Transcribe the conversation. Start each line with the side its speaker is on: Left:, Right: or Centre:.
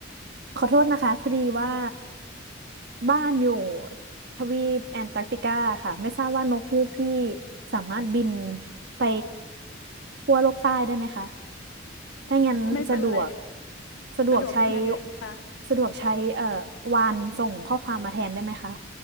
Right: ขอโทษนะคะพอดีว่าบ้านอยู่ทวีปแอนตาร์กติกาค่ะไม่ทราบว่านกฮูกพี่สามารถบินไปขั้วโลกใต้ได้ไหมคะ ถ้างั้นสะดวก
Left: ไม่เป็นไร
Right: สะดวกใช้
Left: สะดวกยังไงดีคะ
Right: สะดวกใช้เอ่อวานส่งข้อความมาแทนได้ไหมคะ